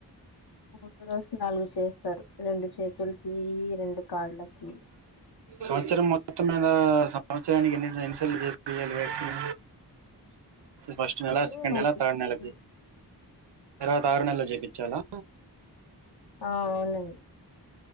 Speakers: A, on the left; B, on the right.
A: మూడు రోజు నాలుగు చేస్తారు రెండు చేతులకి రెండు కాళ్ళకి
B: సంవత్సరం మొత్తం మిధా సంవత్సరానికి ఎన్ని సార్లు చెపియాలి వ్యాక్సిన్ మొదటి
A: ఇప్పుడు
B: నెల సెకండ్
A: మళ్ళీ
B: నెల తర్డ్ నెలాకి తర్వాత ఆరు నెలలు జేపించాలా
A: ఆ అవనండి